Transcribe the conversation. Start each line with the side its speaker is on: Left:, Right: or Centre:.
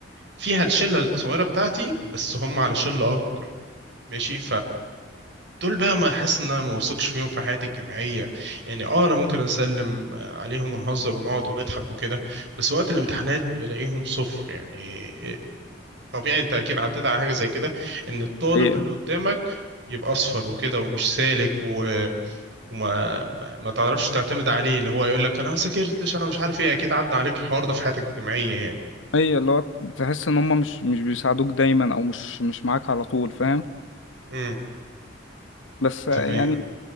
Right: فيها الشلة الصغيرة بتاعتي بس هم على شلة أكبر ماشي دول بقى ما احس ان انا ما بثقش فيهم في حياتي الجامعيه يعني اه انا ممكن اسلم آه، عليهم ونهزر ونقعد ونضحك وكده بس وقت الامتحانات بلاقيهم صفر يعني آه، طبيعي انت اكيد عديت على حاجه زي كده ان الطالب
Left: ايوه
Right: اللي قدامك يبقى اصفر وكده ومش سالك و... وما ما ما تعرفش تعتمد عليه اللي هو يقول لك انا ما ذاكرتش انا مش عارف ايه اكيد عدى عليك الحوار ده في حياتك الجامعيه يعني
Left: ايوه اللي هو تحس ان هم مش مش بيساعدوك دايما او مش مش معاك على طول فاهم
Right: امم
Left: بس يعني
Right: دي حقيقه